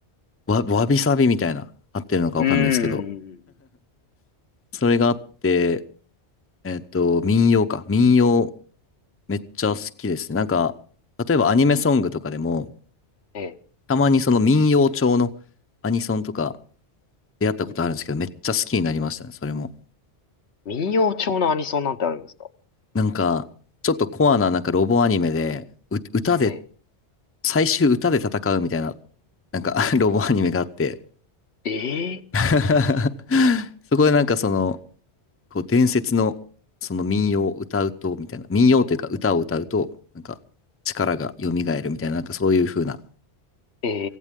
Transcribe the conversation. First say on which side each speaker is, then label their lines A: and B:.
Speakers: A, on the left (about 15°); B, on the left (about 75°).
A: わ、わびさびみたいな、合ってるのかわかんないですけど、
B: うーん。
A: それがあって、えっと、民謡か。民謡、めっちゃ好きですね。なんか、例えばアニメソングとかでも、
B: ええ。
A: たまにその民謡調のアニソンとか出会ったことあるんですけど、
B: うんうんうん
A: めっちゃ好きになりましたね、それも。
B: 民謡調のアニソンなんてあるんですか
A: なんか、ちょっとコアななんかロボアニメで、う歌で、
B: ええ。
A: 最終歌で戦うみたいな、なんか <laughs> ロボアニメがあって
B: ええ。
A: <laughs> そこでなんかその、こう伝説のその民謡を歌うと、みたいな、民謡というか歌を歌うと、なんか力が蘇るみたいな、なんかそういう風な
B: え